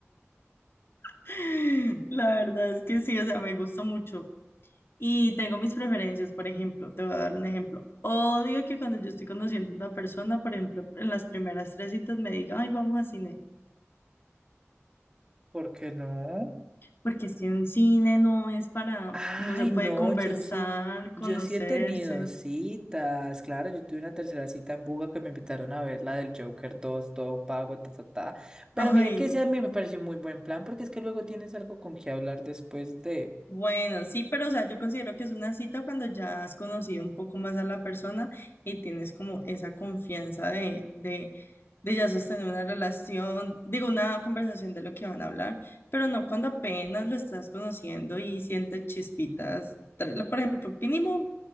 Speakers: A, on the left (about 55°); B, on the right (about 15°).
A: <laughs> La verdad es que sí, o sea, me gusta mucho. Y tengo mis preferencias, por ejemplo, te voy a dar un ejemplo. Odio que cuando yo estoy conociendo a una persona, por ejemplo, en las primeras tres citas me digan, ay, vamos a cine,
B: ¿por qué no?
A: porque es que un cine no es para,
B: Ay,
A: no se puede
B: no,
A: conversar,
B: yo sí, yo
A: conocerse.
B: sí he tenido citas, claro, yo tuve una tercera cita en Buga que me invitaron a ver la del Joker dos, todo pago, ta, ta, ta, pero
A: Ay,
B: mire que ese a mí me pareció un muy buen plan, porque es que luego tienes algo con qué hablar después de...
A: Bueno, sí, pero o sea, yo considero que es una cita cuando ya has conocido un poco más a la persona y tienes como esa confianza de, de, de ya sostener una relación, digo, una conversación de lo que van a hablar, pero no cuando apenas lo estás conociendo y sientes chispitas, tre- por ejemplo, mínimo